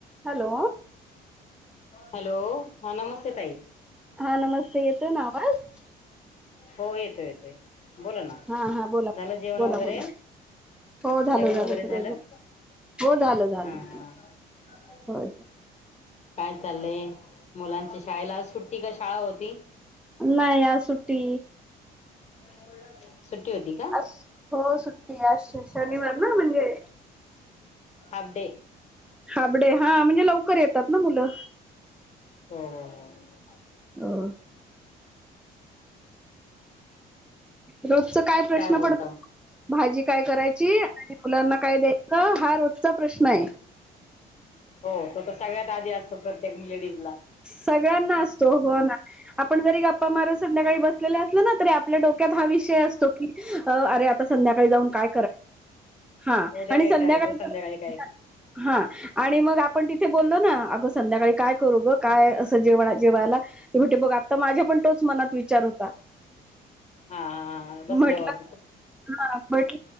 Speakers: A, in the centre; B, on the left.
A: हॅलो!
B: हॅलो! हा नमस्ते ताई
A: हा नमस्ते येतोय ना आवाज.
B: हो येतो येतोय बोला ना
A: हा हा बोला
B: झालं जेवण
A: बोला
B: वगैरे
A: बोला हो झालं
B: जेवण वगैरे
A: सगळं
B: झालं
A: हो झालं झालं
B: हा हा
A: होय
B: काय चाललंय मुलांचे शाळेला आज सुट्टी का शाळा होती
A: नाही आज सुट्टी
B: <unintelligible> का
A: अस हो सुट्टी आज शनिवार ना म्हणजे
B: हाफ डे
A: हाफ डे हा म्हणजे लवकर येतात ना मुलं
B: हो हो हो
A: हो रोजच काय प्रश्न
B: बोलता
A: पडतो
B: हो
A: भाजी काय करायची आणि मुलांना काय द्याय का हा रोजचा प्रश्न आहे
B: हो तो तर सगळ्यात आधी असतो प्रत्येक लेडीज
A: सगळ्यांना असतो हो ना आपण जरी गप्पा मारत संध्याकाळी बसलेले असल ना तरी आपल्या डोक्यात हा विषय असतो की अरे आता संध्याकाळी जाऊन काय करायचं हा
B: उद्या
A: आणि
B: काय
A: संध्याकाळ
B: करायचं संध्याकाळी काय
A: हा आणि मग आपण तिथे बोललो ना अगं संध्याकाळी काय करू गं काय असं जेव जेवायला ते भेटे बघ आता माझ्या पण तोच मनात विचार होता
B: हा हा बसल्यावरर
A: म्हटलं हा म्हट